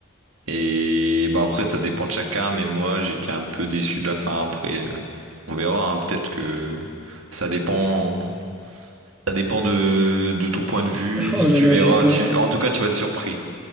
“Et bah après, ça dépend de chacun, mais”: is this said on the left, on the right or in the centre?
Right